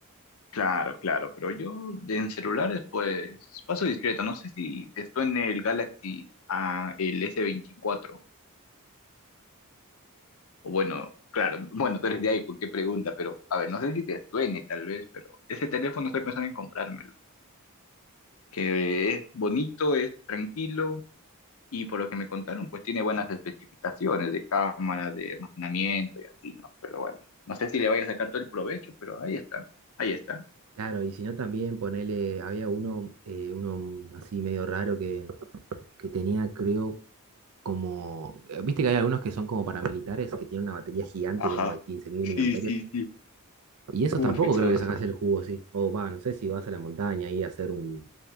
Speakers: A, on the left (about 70°); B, on the right (about 85°).
A: Claro, claro, pero yo de- en celulares pues paso discreto, no sé si te suene el Galaxy A, el s veinticuatro. o bueno, claro, <laughs> bueno, tú eres de iPhone, qué pregunta, pero a ver, no sé si te suene tal vez, pero ese teléfono estoy pensando en comprármelo, que es bonito, es tranquilo, y por lo que me contaron pues tiene buenas especificaciones de cámara, de almacenamiento y así, ¿no? Pero bueno, no sé si le vaya a sacar todo el provecho, pero ahí está, ahí está.
B: Claro, y si no también ponele, había uno, eh, uno así medio raro que, que tenía, creo, como, eh, viste que hay algunos que son como paramilitares, que tienen una batería gigante
A: Ajá,
B: como de 15.000
A: sí,
B: mAh.
A: sí, sí.
B: Y eso
A: Uf,
B: tampoco
A: esos.
B: creo que le sacas el jugo, sí. O va, no sé si vas a la montaña y a hacer un,